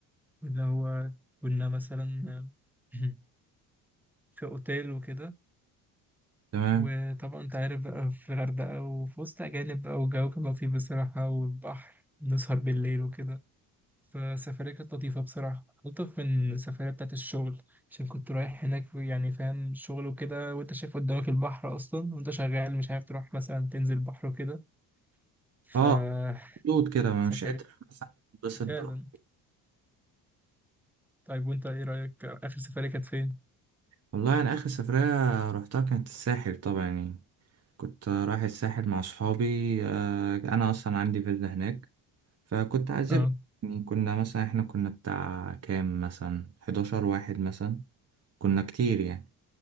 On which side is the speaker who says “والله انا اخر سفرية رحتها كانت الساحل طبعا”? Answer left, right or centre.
Right